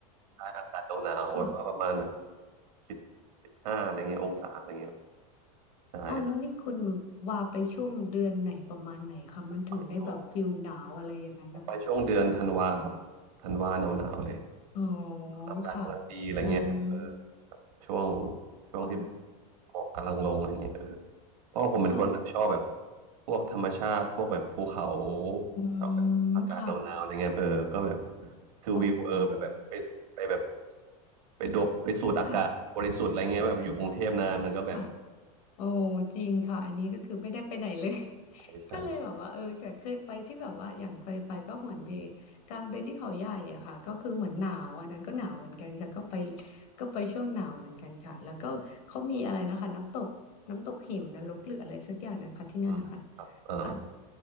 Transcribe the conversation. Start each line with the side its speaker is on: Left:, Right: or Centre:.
Right: อากาศหนาวๆแบบว่าประมาณแบบ
Left: ค่ะ
Right: สิบสิบห้าอะไรเงี้ยองศาอะไรเงี้ยใช่
Left: อ๋อแล้วนี่คุณว่าไปช่วงเดือนไหนประมาณไหนคะมันถึงได้แบบฟิลหนาวอะไรอย่างนั้นนะคะ
Right: ไปช่วงผมไปช่วงเดือนธันวาครับธันวาหนาวๆเลย
Left: อ๋อ
Right: อากาศกำลังดีอะไรเงี้ยแบบเออ
Left: ค่ะอืม
Right: ช่วงช่วงที่แบบ
Left: อ๋อ
Right: หมอกกำลังลงอะไรเงี้ยเออเพราะว่าผมเป็นคนแบบชอบแบบ
Left: ค่ะ
Right: พวกธรรมชาติพวกแบบภูเขา
Left: อื
Right: ชอบแบบอากาศหนาวๆอะไรเงี้ยเออก็แบบ
Left: มค่ะ
Right: คือวิวเออแบบแบบไปไปแบบ
Left: อ๋อ
Right: ไปโดดไปสูดอากาศบริสุทธิ์อะไรเงี้ยแบบอยู่กรุงเทพนานมันก็แบบ
Left: ค่ะค่ะ โอ้จริงค่ะอันนี้ก็คือไม่ได้ไปไหนเลย <laughs>
Right: ใช่ใช่
Left: ก็เลยแบบว่าเออแต่เคยไปที่แบบว่าอย่างเคยไปก็เหมือนไปกลางเต็นท์ที่เขาใหญ่อะค่ะก็คือเหมือนหนาวอันนั้นก็หนาวเหมือนกันค่ะก็ไปก็ไปช่วงหนาวเหมือนกันค่ะแล้วก็เขามีอะไรนะคะน้ำตกน้ำตกเหวนรกหรืออะไรสักอย่างนะคะที่นั่นนะคะ
Right: อืมเออ
Left: อัน